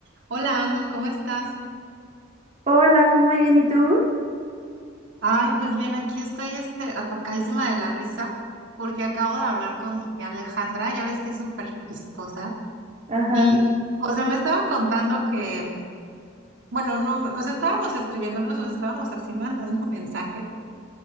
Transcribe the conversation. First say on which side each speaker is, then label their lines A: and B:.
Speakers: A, on the right; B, on the right.
A: Hola Andy, ¿cómo estás?
B: Hola, muy bien, ¿y tú?
A: Ay, pues bien, aquí estoy este, atacadísima de la risa porque acabo de hablar con mi tía Alejandra, ya ves que es súper chistosa.
B: Ajá.
A: Y, o sea, me estaba contando que, bueno, no, o sea, estábamos escribiéndonos, nos estábamos así mandando <laughs> mensajes.